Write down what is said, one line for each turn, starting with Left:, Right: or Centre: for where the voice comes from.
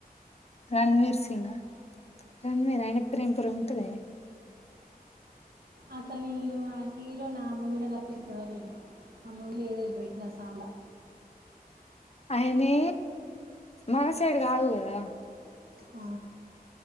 Left: రణవీర్ సింగా రణవీర్ అయనపేరు ఎంపేరో ఉంటదె
Right: అసల నేను ఆ హీరో అ మూవీలా తప్పి ఇప్పడి వరక్ చుళ్ళే అ మూవీ ఎదో పెట్నా సాలా
Left: ఆయనది మన సైడ్ గాదు గదా
Right: ఆ